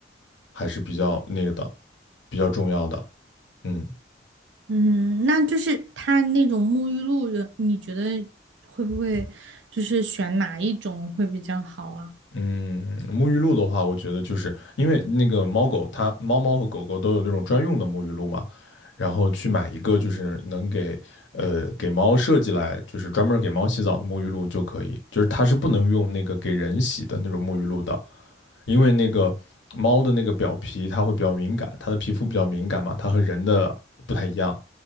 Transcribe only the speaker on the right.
嗯，那就是它那种沐浴露的，你觉得会不会就是选哪一种会比较好啊？